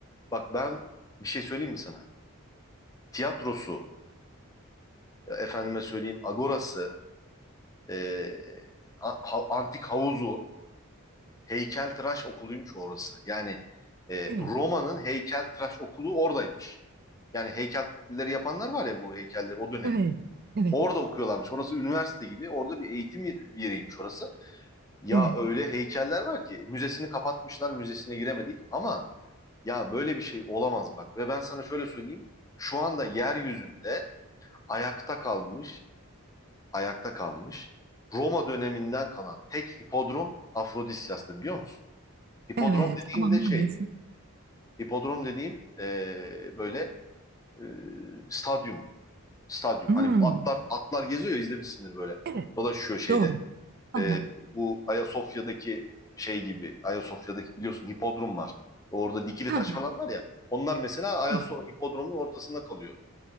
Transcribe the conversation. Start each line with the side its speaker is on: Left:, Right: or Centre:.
Left: Bak ben bir şey söyleyeyim mi sana? Tiyatrosu, efendime söyleyeyim agorası, e, a- ha- antik havuzu, heykeltıraş okuluymuş orası. Yani e,
Right: Evet.
Left: Roma'nın heykeltıraş okulu oradaymış. Yani heykelleri yapanlar var ya bu heykelleri o dönemin.
Right: Evet. Evet.
Left: Orada okuyorlarmış. Orası üniversite gibi. Orada bir eğitim yeriymiş orası. Ya
Right: Evet.
Left: öyle heykeller var ki müzesini kapatmışlar, müzesine giremedik ama ya böyle bir şey olamaz bak. Ve ben sana şöyle söyleyeyim. Şu anda yeryüzünde ayakta kalmış, ayakta kalmış Roma döneminden kalan tek hipodrom Afrodisyas'tı biliyor musun? Hipodrom
Right: Evet.
Left: dediğim
Right: Ama maalesef.
Left: de şey Hipodrom dediğim e, böyle e, stadyum. Stadyum.
Right: Hmm.
Left: Hani bu atlar atlar geziyor ya izlemişsindir böyle.
Right: Evet.
Left: Dolaşıyor şeyde.
Right: Doğru. Aha.
Left: E, bu Ayasofya'daki şey gibi. Ayasofya'daki biliyorsun hipodrom var. Orada dikili
Right: Ha.
Left: taş falan var ya. Onlar mesela Ayasofya
Right: Evet.
Left: hipodromun ortasında kalıyor.